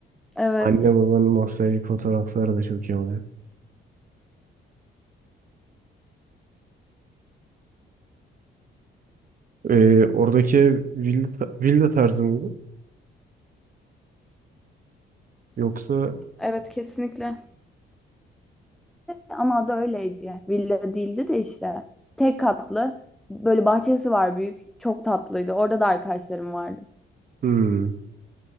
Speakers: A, in the centre; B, on the right.
A: evet.
B: Anne babanın nostaljik fotoğrafları da çok iyi oluyor. Ee, oradaki ev villa, villa tarzı mıydı? Yoksa
A: Evet, kesinlikle. Ama adı öyleydi. ya. Villa değildi de işte. Tek katlı. Böyle bahçesi var büyük. Çok tatlıydı. Orada da arkadaşlarım vardı.
B: hmm.